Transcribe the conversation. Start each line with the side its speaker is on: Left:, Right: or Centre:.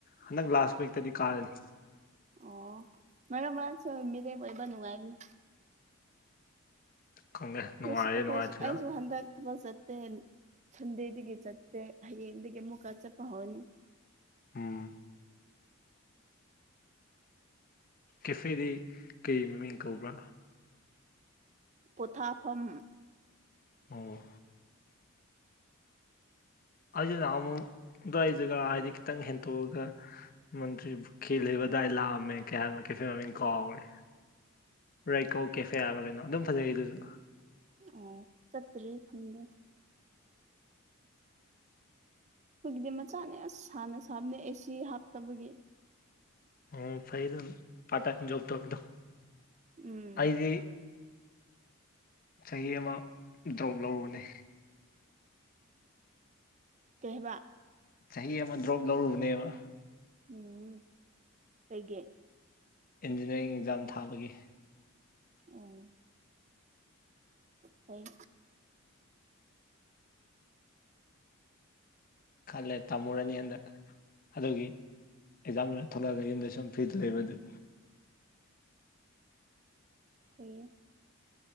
Left: ꯍꯟꯗꯛ ꯂꯥꯁ ꯋꯤꯛꯇꯗꯤ ꯀꯥꯔꯅꯤ
Right: ꯑꯣ ꯃꯔꯛ ꯃꯔꯛꯁꯨ ꯃꯤꯔꯦꯝ ꯑꯣꯏꯕ ꯅꯨꯡꯉꯥꯏꯝꯅꯤ
Left: ꯈꯪꯗꯦ
Right: ꯑꯩꯈꯣꯏꯁꯨ
Left: ꯅꯨꯡꯉꯥꯏꯔꯦ
Right: ꯑꯩꯈꯣꯏꯁꯨ
Left: ꯅꯨꯡꯉꯥꯏꯇ꯭ꯔꯤꯔ
Right: ꯑꯩꯁꯨ ꯍꯟꯗꯛ ꯊꯕꯛ ꯆꯠꯇꯦ ꯁꯟꯗꯦꯗꯒꯤ ꯆꯠꯇꯦ ꯍꯌꯦꯡꯗꯒꯤ ꯑꯃꯨꯛꯀ ꯆꯠꯄ ꯍꯧꯔꯅꯤ
Left: ꯎꯝ ꯀꯦꯐꯦꯗꯤ ꯀꯩ ꯃꯃꯤꯡ ꯀꯧꯕ꯭ꯔꯥ
Right: ꯄꫭꯊꯥꯐꯝ
Left: ꯑꯣ ꯑꯩꯁꯨ ꯅꯥꯍꯟꯃꯨꯛ ꯑꯗꯨꯋꯥꯏ ꯖꯒꯥ ꯍꯥꯏꯗꯤ ꯈꯤꯇꯪ ꯍꯦꯟꯇꯣꯛꯑꯒ ꯃꯟꯇꯔꯤꯄꯨꯈꯤ ꯂꯩꯕꯥ ꯑꯗꯥꯏ ꯂꯥꯀꯝꯃꯦ ꯀꯩꯍꯥꯏꯕ ꯀꯦꯐꯦ ꯃꯃꯤꯡ ꯀꯥꯎꯔꯦ ꯔꯩꯀꯣ ꯀꯦꯐꯦ ꯍꯥꯏꯕ꯭ꯔꯥ ꯀꯩꯅꯣ ꯑꯗꯨꯝ ꯐꯖꯩ ꯑꯗꯨꯁꯨ
Right: ꯑꯣ ꯆꯠꯇ꯭ꯔꯤ ꯈꯪꯗꯦ ꯑꯩꯈꯣꯏꯒꯤꯗꯤ ꯃꯆꯥꯅꯦ ꯑꯁ ꯁꯥꯟꯅ ꯁꯥꯕꯅꯦ ꯑꯦꯁꯤ ꯍꯥꯞꯇꯕꯒꯤ
Left: ꯑꯣ ꯐꯩꯗ ꯗꯨꯝ ꯄꯥꯔꯠ ꯇꯥꯏꯝ ꯖꯣꯕ ꯇꯧꯔꯤꯗꯣ
Right: ꯎꯝ
Left: ꯑꯩꯗꯤ ꯆꯍꯤ ꯑꯃ ꯗ꯭ꯔꯣꯞ ꯂꯧꯔꯨꯕꯅꯦ
Right: ꯀꯩ ꯍꯥꯏꯕ
Left: ꯆꯍꯤ ꯑꯃ ꯗ꯭ꯔꯣꯞ ꯂꯧꯔꯨꯕꯅꯦꯕ
Right: ꯎꯝ ꯀꯩꯒꯤ
Left: ꯏꯟꯖꯤꯅꯤꯌ꯭ꯔꯤꯡ ꯑꯦꯛꯖꯥꯝ ꯊꯥꯕꯒꯤ
Right: ꯑꯣ ꯐꯩ
Left: ꯈꯜꯂꯦ ꯇꯝꯃꯨꯔꯅꯤ ꯍꯟꯗꯛ ꯑꯗꯨꯒꯤ ꯑꯦꯛꯖꯥꯝ ꯂꯣꯏꯔ ꯊꯣꯛꯂꯛꯑꯒ ꯌꯨꯝꯗ ꯁꯨꯝ ꯐ꯭ꯔꯤꯗ ꯂꯩꯕ ꯑꯗꯨꯒꯤ
Right: ꯐꯩꯌꯦ